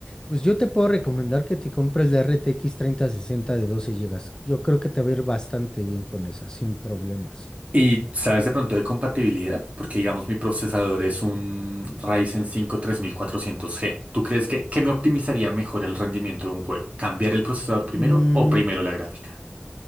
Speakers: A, on the left (about 20°); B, on the right (about 35°).
A: pues yo te puedo recomendar que te compres la RTX sesenta de doce GB. Yo creo que te va a ir bastante bien con esa, sin problemas.
B: ¿Y sabes de pronto de compatibilidad? Porque digamos mi procesador es un Ryzen cinco tres mil cuatrocientos g ¿Tú crees que, qué me optimizaría mejor el rendimiento de un juego? ¿Cambiar el procesador primero
A: Mm,
B: o primero la gráfica?